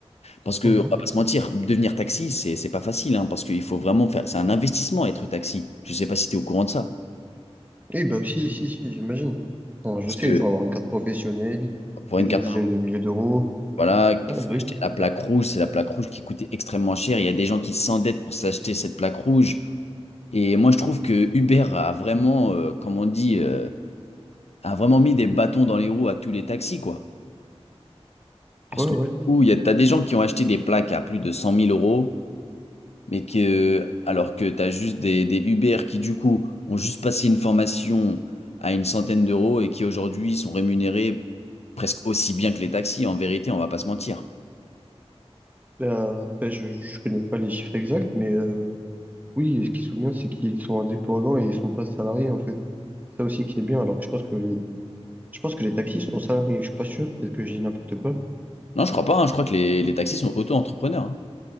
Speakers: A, on the left; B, on the right.
A: Parce que,
B: Mhm.
A: on va pas se mentir, devenir taxi, c'est, c'est pas facile, hein, parce qu'il faut vraiment faire, c'est un investissement être taxi. Je sais pas si tu es au courant de ça.
B: Eh bah aussi, si, si, j'imagine. Enfin,
A: Parce
B: je sais,
A: que
B: il faut avoir une carte professionnelle
A: pour une
B: et des
A: carte,
B: dizaines de milliers d'euros.
A: voilà,
B: Ah,
A: il
B: bah
A: faut
B: oui,
A: acheter la plaque rouge, c'est la plaque rouge qui coûtait extrêmement cher. Il y a des gens qui s'endettent pour s'acheter cette plaque rouge. Et moi, je trouve que Uber a vraiment, euh, comme on dit, euh, a vraiment mis des bâtons dans les roues à tous les taxis, quoi. Parce
B: ouais,
A: que,
B: ouais.
A: du coup, il y a, t'as des gens qui ont acheté des plaques à plus de 100 000 euros. mais que alors que tu as juste des, des Uber qui du coup ont juste passé une formation à une centaine d'euros et qui aujourd'hui sont rémunérés presque aussi bien que les taxis, en vérité, on va pas se mentir.
B: Là, après, je, je connais pas les chiffres exacts, mais euh, oui, et ce qui se souvient, c'est qu'ils sont indépendants et ils sont pas salariés, en fait. Ça aussi qui est bien, alors que je pense que les Je pense que les taxis sont salariés, je suis pas sûr, peut-être que j'ai dit n'importe quoi.
A: Non, je crois pas, hein. Je crois que les, les taxis sont auto-entrepreneurs, hein.